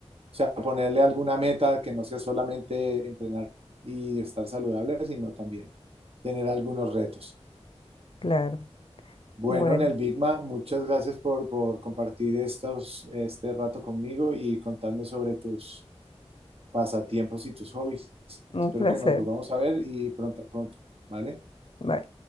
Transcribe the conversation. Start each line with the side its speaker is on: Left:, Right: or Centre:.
Right: o sea, ponerle alguna meta que no sea solamente entrenar y estar saludable, sino también tener algunos retos.
Left: Claro.
Right: Bueno,
Left: Bueno,
Right: en el Bigma, muchas gracias por, por compartir estos, este rato conmigo y contarme sobre tus, pasatiempos y tus hobbies.
Left: un
Right: Espero
Left: placer.
Right: que nos volvamos a ver y pronto, pronto, ¿vale?
Left: Bye.